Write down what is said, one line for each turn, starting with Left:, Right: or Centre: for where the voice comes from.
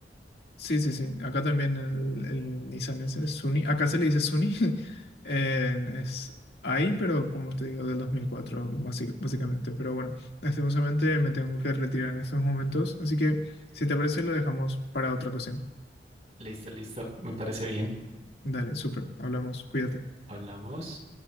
Left: Sí, sí, sí. Acá también el, el Nissan ese es Sunny. Acá se le dice Sunny. <laughs> Eh, es ahí, pero como te digo, del 2004, basi- básicamente. Pero bueno, lastimosamente me tengo que retirar en estos momentos. Así que, si te parece, lo dejamos para otra ocasión.
Right: Listo, listo. Me parece bien.
Left: Dale, súper. Hablamos. Cuídate.
Right: Hablamos.